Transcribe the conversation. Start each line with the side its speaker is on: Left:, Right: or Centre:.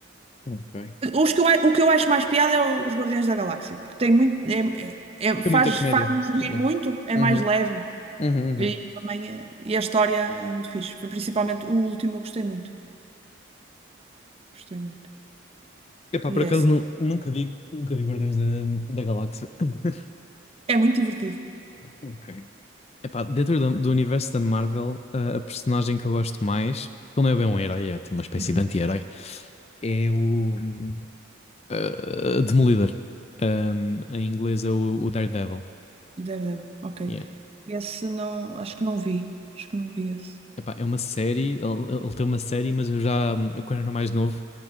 Left: Ok.
Right: Os que eu, a- o que eu acho mais piada é os Guardiões da Galáxia, porque tem muito, é, é, é-
Left: Tem
Right: faz,
Left: muita comédia.
Right: faz-nos rir
Left: É.
Right: muito, é mais
Left: Uhum.
Right: leve
Left: Uhum.
Right: e
Left: Uhum.
Right: também é- e a história é muito fixe. Foi Principalmente o último eu gostei muito, gostei muito.
Left: Epá,
Right: E
Left: por
Right: é
Left: acaso
Right: esse.
Left: nu- nunca vi, nunca vi Guardiões da, da Galáxia. <laughs>
Right: É muito divertido.
Left: Ok. Epá, dentro do, do universo da Marvel, a, a personagem que eu gosto mais, porque ele não é bem um herói, é tipo uma espécie
Right: Uhum.
Left: de anti-herói, é o hum, uh, Demolidor. Um, em inglês é o, o Daredevil.
Right: Daredevil, ok.
Left: Yeah.
Right: Esse não, acho que não vi, acho que não vi esse.
Left: Epá, é uma série, ele, ele tem uma série, mas eu já, hum, eu quando era mais novo.